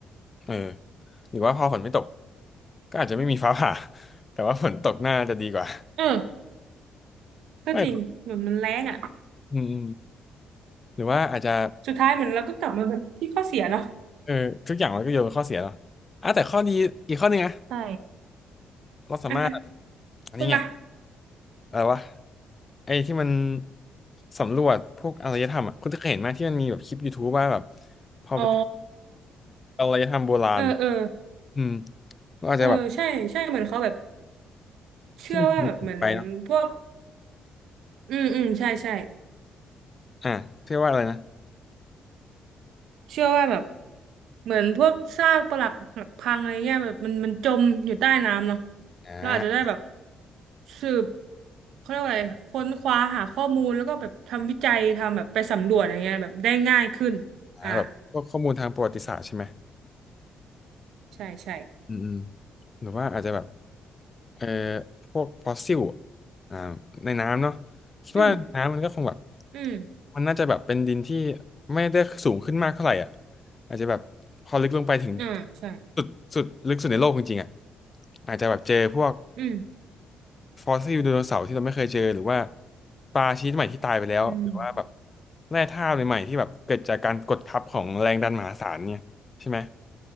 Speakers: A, on the left (about 30°); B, on the right (about 80°).
A: เออหรือว่าพอฝนไม่ตก ก็อาจจะไม่มีฟ้าผ่า <laughs> แต่ว่าฝนตกน่าจะดีกว่า
B: เออก็จริงเหมือนมันแรงอ่ะ
A: ไม่อืมหรือว่าอาจจะ
B: สุดท้ายเหมือนเราก็กลับมาแบบที่ข้อเสียเนาะ
A: เออ ทุกอย่างมันก็โยนเป็นข้อเสียเนาะอ่ะแต่ข้อดีอีกข้อหนึงนะ
B: ใช่
A: เราสามารถ
B: อ่ะอ่ะ
A: อันนี้ไง
B: คุณมา
A: อะไรวะไอ้ที่มันสำรวจพวกอารยธรรมอ่ะคุณจะเคยเห็นไหมที่มันมีแบบคลิป YouTube ว่าแบบพอไป
B: อ๋อ
A: อารยธรรมโบราณ
B: เออเออ
A: อืมเราอาจจะแบบ
B: เออใช่ใช่เหมือนเขาแบบ เชื่อว่าแบบเหมือนพวก
A: ที่มันถูกไปเนาะ
B: อืมอืมใช่ใช่
A: อ่ะเรียกว่าอะไรนะ
B: เชื่อว่าแบบเหมือนพวกซากปรักหักพังอะไรเงี้ยแบบมันมันจมอยู่ใต้น้ำเนาะ
A: อ่า
B: เราอาจจะได้แบบสืบเขาเรียกว่าอะไรค้นคว้าหาข้อมูลแล้วก็แบบทำวิจัยทำแบบไปสำรวจอะไรเงี้ยแบบได้ง่ายขึ้นอ่า
A: หาแบบพวกข้อมูลทางประวัติศาสตร์ใช่ไหม
B: ใช่ใช่
A: อืมอืมหรือว่าอาจจะแบบเอ่อพวกฟอสซิลอ่าในน้ำเนาะคิดว่าน้ำมันก็คงแบบ
B: อืมอืม
A: มันน่าจะแบบเป็นดินที่ไม่ได้สูงขึ้นมากเท่าไหร่อ่ะอาจจะแบบพอลึกลงไปถึง
B: อ่าใช่
A: สุดสุดลึกสุดในโลกจริงๆอ่ะอาจจะแบบเจอพวก
B: อืม
A: ฟอสซิลไดโนเสาร์ที่เราไม่เคยเจอหรือว่าปลาชนิดใหม่ที่ตายไปแล้วหรือว่าแบบ
B: อืม
A: แร่ธาตุใหม่ๆที่แบบเกิดจากการกดทับของแรงดันมหาศาลเนี่ยใช่ไหม